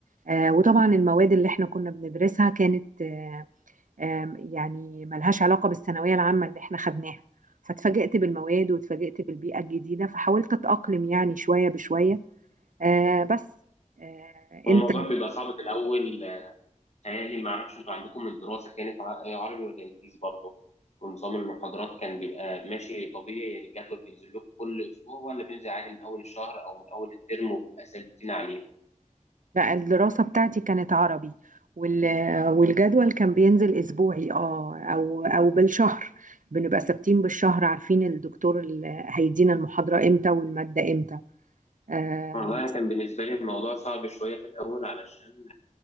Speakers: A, on the right (about 75°); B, on the left (about 55°).
A: آه وطبعا المواد اللي احنا كنا بندرسها كانت آه آه يعني ملهاش علاقه بالثانويه العامه اللي احنا خدناها فاتفاجئت بالمواد واتفاجئت بالبيئه الجديده فحاولت اتاقلم يعني شويه بشويه آه بس آه،
B: هو
A: انت
B: الموضوع بيبقى صعب في الأول آه، تهيألي ما أعرفش أنتوا عندكم الدراسة كانت ع- إيه، عربي ولا إنجليزي برضه ونظام المحاضرات كان بيبقى ماشي طبيعي يعني الجدول بينزل لكم كل أسبوع ولا بينزل عادي من أول الشهر أو من أول الترم وبيبقى ثابتين عليه؟
A: لا الدراسة بتاعتي كانت عربي وال... والجدول كان بينزل أسبوعي اه أو أو بالشهر بنبقى ثابتين بالشهر عارفين الدكتور اللي هيدينا المحاضرة امتى والمادة امتى آه
B: والله أنا كان بالنسبة لي الموضوع صعب شوية في الأول علشان